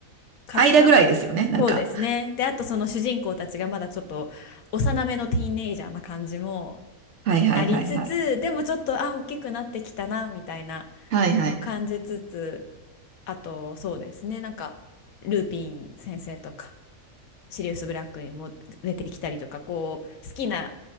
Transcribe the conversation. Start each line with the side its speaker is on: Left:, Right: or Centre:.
Left: か、
Right: 間ぐらいですよね。
Left: なんか、
Right: なんか。
Left: そうですね。で、あとその主人公たちがまだちょっと幼めのティーンエイジャーな感じも
Right: はいはいはいはい。
Left: ありつつ、でもちょっと、あ、大きくなってきたな、みたいな
Right: はいはい。
Left: のを感じつつ、あと、そうですね。なんか、ルーピン先生とか。シリウス・ブラックにも出てきたりとかこう好きな